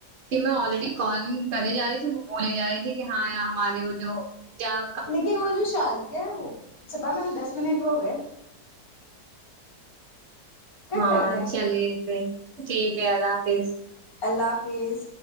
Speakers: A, on the right (about 60°); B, on the left (about 55°).
A: کہ میں آلریڈی کالینگ کری جا رہی تھی وہ بولی جا رہی تھی کہ ہاں یا ہمارے وہ جو کیا
B: لیکن وہ جو شازیا ہے وہ صبا میم دس منٹ ہو گئے کٹ
A: ہاں
B: کر دیں
A: چلیے پھر ٹھیک ہے اللہ حافظ
B: اللہ حافظ